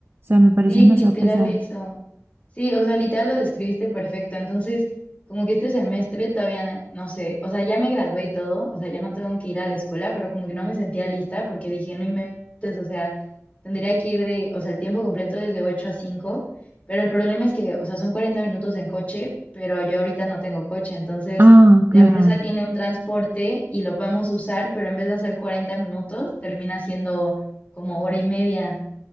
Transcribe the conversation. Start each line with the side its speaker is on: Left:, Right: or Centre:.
Right: sea, me parece
Left: Sí,
Right: demasiado
Left: literal
Right: pesado.
Left: eso. Sí, o sea, literal lo describiste perfecto. Entonces, como que este semestre todavía na- no sé, o sea, ya me gradué y todo, o sea, ya no tengo que ir a la escuela, pero como que no me sentía lista porque dije, no inventes, o sea, tendría que ir de, o sea, el tiempo completo es de 8 a cinco pero el problema es que, o sea, son 40 minutos en coche, pero yo ahorita no tengo coche, entonces
Right: Ah,
Left: la
Right: claro.
Left: empresa tiene un transporte y lo podemos usar, pero en vez de hacer 40 minutos, termina siendo como hora y media.